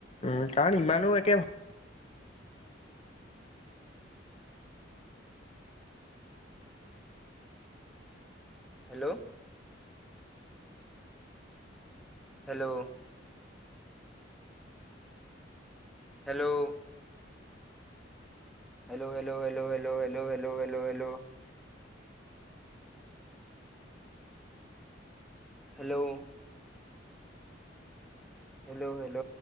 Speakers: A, on the left; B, in the centre.
A: উম কাৰণ ইমানো
B: অ',
A: একে
B: hello hello hello hello hello hello hello hello hello hello hello hello hello hello